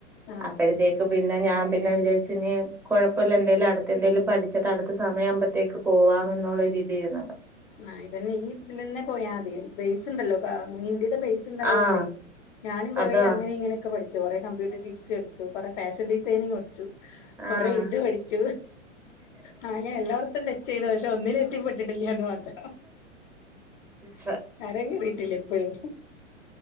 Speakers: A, on the left; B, in the centre.
A: ആഹ്
B: അപ്പഴത്തേ ക് പിന്നെ ഞാൻ പിന്നെ വിചാരിച്ചിനി. കൊഴപ്പല്ല എന്തേലും അടുത്തന്തെങ്കലും പഠിച്ചിട്ട് അടുത്ത സമയ ആകുമ്പത്തേക്ക് പോവാമെന്നുള്ള രീതിയിരുന്നാണ്.
A: ആ ഇതന്നെ ഈ ഇതിലെന്നെ പോയാതി ബേസ് ണ്ടല്ലോ കാ ഇന്ത്യ ത ബേസ് ണ്ടാവോണ്ടേ
B: ആഹ്
A: ഞാനും കൊറേ
B: അതാ
A: അങ്ങനിം ങ്ങനെ. ക്ക പഠ്ച്ചു കൊറെ കമ്പ്യൂട്ടർ ടീ ടീ സി പഠിച്ചു കൊറെ ഫാഷൻ ഡിസൈനിങ് പഠ്ച്ചു. കൊറെ
B: ആഹ്
A: ഇത് പഠിച്ചു ആ അങ്ങനെ എല്ലായിടത്തും ടച്ചെയ്തു പക്ഷേ ഒന്നിലും. ത്തിപ്പെട്ടിട്ടില്ലാന്ന് മാത്രം.
B: സ.
A: കര കേറിയിട്ടില്ല ഇപ്പഴും